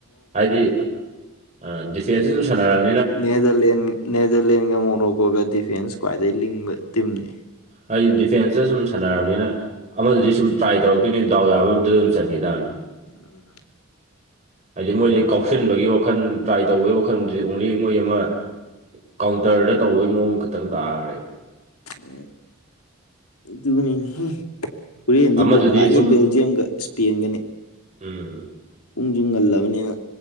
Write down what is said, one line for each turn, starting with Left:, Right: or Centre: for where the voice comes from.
Right: ꯍꯥꯏꯗꯤ ꯑ ꯗꯤꯐꯦꯟꯁꯇ ꯑꯗꯨꯝ ꯁꯥꯟꯅꯔꯝ
Left: ꯅꯦꯗꯔꯂꯦꯟ ꯅꯦꯗꯔꯂꯦꯟꯒ ꯃꯣꯔꯣꯀꯣꯒ ꯗꯤꯐꯦꯟꯁ ꯈ꯭ꯋꯥꯏꯗꯩ ꯂꯤꯡꯕ ꯇꯤꯝꯅꯤ
Right: ꯍꯥꯏꯗꯤ ꯗꯤꯐꯦꯟꯁꯇ ꯁꯨꯝ ꯁꯥꯟꯅꯔꯕꯅꯤꯅ ꯑꯃꯗꯨꯗꯤ ꯁꯨꯝ ꯇ꯭ꯔꯥꯏ ꯇꯧꯔꯛꯇꯣꯏꯅꯤ ꯗꯥꯎ ꯌꯥꯕ ꯑꯃꯗꯨꯗ ꯑꯗꯨꯝ ꯆꯪꯈꯤ ꯇꯥꯕꯅꯦ
Left: <inaudible>
Right: ꯍꯥꯏꯗꯤ ꯃꯣꯏꯗꯤ ꯀꯥꯎꯁꯤꯟꯕꯒꯤ ꯋꯥꯈꯜ ꯇ꯭ꯔꯥꯏ ꯇꯧꯕꯒꯤ ꯋꯥꯈꯜꯗꯨꯗꯤ ꯑꯣꯡꯂꯤ ꯃꯣꯏ ꯑꯃ ꯀꯥꯎꯟꯇꯔꯗ ꯇꯧꯕꯩ ꯃꯑꯣꯡ ꯈꯛꯇꯪ ꯇꯥꯈ꯭ꯔꯦꯕ
Left: ꯎ ꯑꯗꯨꯅꯤꯅꯦꯍꯦ ꯍꯨꯔꯤꯟꯗꯤ
Right: ꯑꯃꯗꯨꯗꯤ
Left: ꯕꯣꯠ ꯅꯨꯡꯉꯥꯏꯅꯤ
Right: ꯁꯨꯝ
Left: ꯕꯦꯜꯖꯤꯌꯝꯒ ꯏꯁꯄꯦꯟꯒꯅꯤ
Right: ꯎꯝ
Left: ꯄꯨꯡꯁꯨ ꯉꯜꯂꯕꯅꯦꯕ